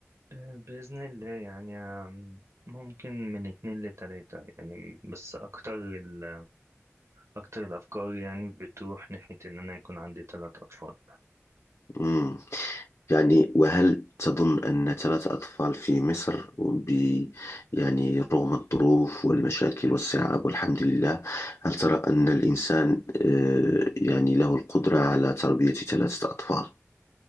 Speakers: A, on the right; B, on the left.
A: آه، بإذن الله يعني آم، ممكن من اتنين لتلاتة يعني بس أكتر ال... أكتر الأفكار يعني بتروح ناحية إن أنا يكون عندي تلات أطفال
B: مم. يعني وهل تظن أن ثلاثة أطفال في مصر ب يعني رغم الظروف والمشاكل والصعاب والحمد لله هل ترى أن الإنسان آه، يعني له القدرة على تربية ثلاثة أطفال